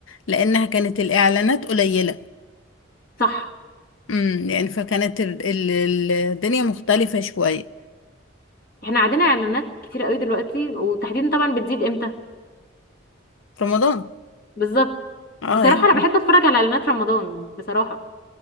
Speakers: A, on the left; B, on the left.
A: لانها كانت الاعلانات قليلة
B: صح
A: امم يعني فكانت ال- ال- ال- الدنيا مختلفة شوية
B: احنا عندنا اعلانات كتير قوي دلوقتي وتحديدا طبعا بتزيد امتى
A: في رمضان
B: بالظبط
A: اه
B: بصراحه
A: يعني
B: انا بحب اتفرج على اعلانات رمضان بصراحه